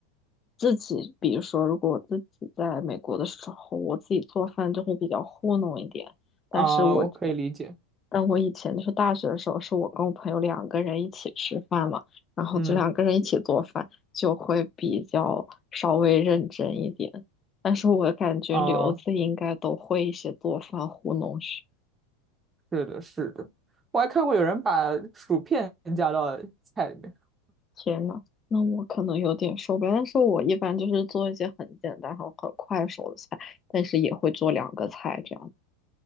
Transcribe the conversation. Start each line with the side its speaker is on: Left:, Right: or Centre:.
Left: 自己，比如说，如果我自己在美国的时候，我自己做饭就会比较糊弄一点。但是我，
Right: 啊，我可以理解。
Left: 但我以前就是大学的时候，是我跟我朋友两个人一起吃饭嘛，然后就两个人一起做饭，
Right: 嗯，
Left: 就会比较稍微认真一点。但是我感觉留子应该都会一些做饭糊弄学。
Right: 啊，是的，是的，我还看过有人把薯片加到菜里面。
Left: 天呐，那我可能有点受不了。但是我一般就是做一些很简单、很很快手的菜，但是也会做两个菜这样。